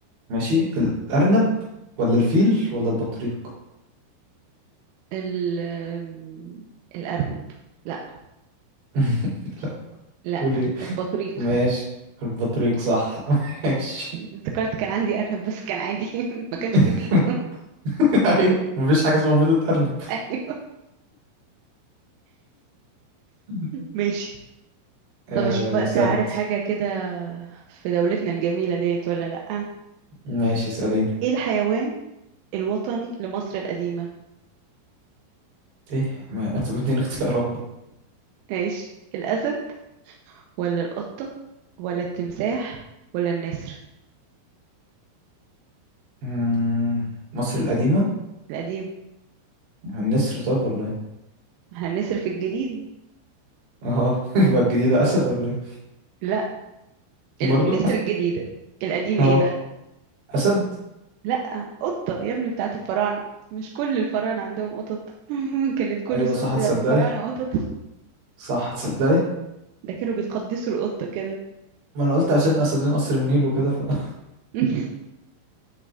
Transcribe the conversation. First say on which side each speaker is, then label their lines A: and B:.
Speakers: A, on the right (about 60°); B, on the right (about 85°).
A: ماشي الارنب ولا الفيل ولا البطريق
B: ال آم، الأرنب لا
A: <laughs> لا
B: لا
A: قول ايه
B: البطريق
A: ماشي
B: <laughs>
A: البطريق صح <laughs> ماشي
B: افتكرت كان عندي أرنب بس كان عادي <laughs>
A: <laughs>
B: ما كانش بيبيض <laughs>
A: ايوه مفيش حاجه اسمها بيضة ارنب
B: أيوه
A: <laughs>
B: ماشي
A: آه،
B: طب أشوف بقى
A: اسال
B: أنت عارف
A: انت
B: حاجة كده في دولتنا الجميلة ديت ولا لأ
A: ماشي اساليني
B: <laughs> إيه الحيوان الوطني لمصر القديمة
A: ايه ما انت بدين اختيارات بقى.
B: ماشي الأسد ولا القطة ولا التمساح ولا النسر
A: مم، مصر القديمه
B: القديمة
A: النسر طب ولا ايه
B: ما احنا النسر في الجديدة
A: اه <laughs> يبقى الجديدة اسد ولا ايه
B: لا
A: برضو
B: ال- النسر الجديدة القديمة
A: <laughs> اه
B: ايه بقى
A: اسد
B: لا قطة يا ابني بتاعت الفراعنة مش كل الفراعنة عندهم قطط <laughs> كانت كل
A: ايوه
B: الصور
A: صح
B: بتاعت
A: هتصدقي
B: الفراعنة قطط
A: صح هتصدقي
B: ده كانوا بيقدسوا القطة كده
A: ما انا قلت عشان اسدين قصر النيل وكده فمش
B: <laughs>